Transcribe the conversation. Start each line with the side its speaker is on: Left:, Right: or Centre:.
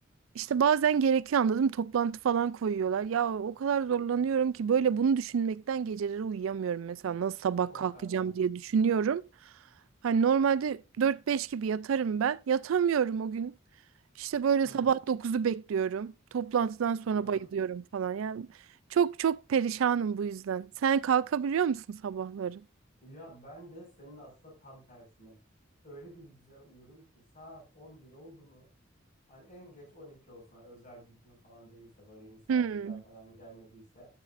Right: işte bazen gerekiyor anladım toplantı falan koyuyorlar. Ya o kadar zorlanıyorum ki böyle bunu düşünmekten geceleri uyuyamıyorum mesela nasıl sabah
Left: O
Right: kalkacağım
Left: kadar.
Right: diye düşünüyorum. Hani normalde dört beş gibi yatarım ben. Yatamıyorum o gün. İşte böyle
Left: Hı hı.
Right: sabah dokuzu bekliyorum. Toplantıdan sonra
Left: Hı hı.
Right: bayılıyorum falan. Yani çok çok perişanım bu yüzden. Sen kalkabiliyor musun sabahları?
Left: Ya ben de senin aslında tam tersinim. Öyle bir güzel uyurum ki saat 11 oldu mu Hani en geç 12 olsun hani özel bir gün falan değilse böyle misafirler
Right: Hmm,
Left: falan gelmediyse